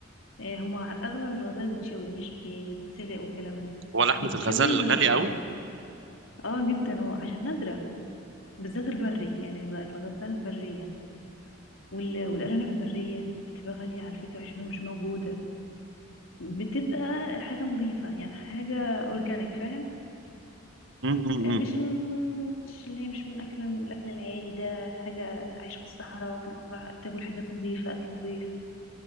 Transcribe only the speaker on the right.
هو لحمه
الغزال
غاليه
قوي